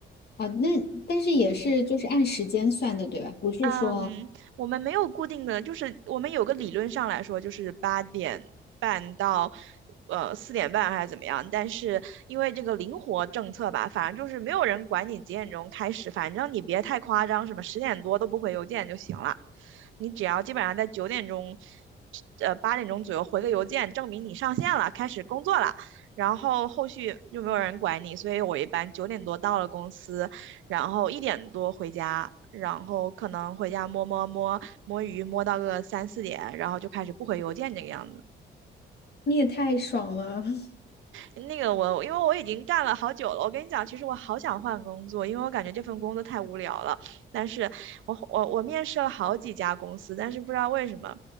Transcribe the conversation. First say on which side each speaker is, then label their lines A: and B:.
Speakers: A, on the left; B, on the right.
A: 啊，那但是也是就是按时间算的，对吧？不是说
B: 嗯，我们没有固定的，就是我们有个理论上来说，就是八点半到呃四点半还是怎么样。但是因为这个灵活政策吧，反正就是没有人管你几点钟开始，反正你别太夸张，什么十点多都不回邮件就行了。你只要基本上在九点钟，呃八点钟左右回个邮件，证明你上线了，开始工作了。然后后续又没有人管你，所以我一般九点多到了公司，然后一点多回家，然后可能回家摸摸摸摸鱼，摸到个三四点，然后就开始不回邮件这个样子。
A: 你也太爽了！<laughs>
B: 那个我，因为我已经干了好久了，我跟你讲，其实我好想换工作，因为我感觉这份工作太无聊了。但是我我我面试了好几家公司，但是不知道为什么，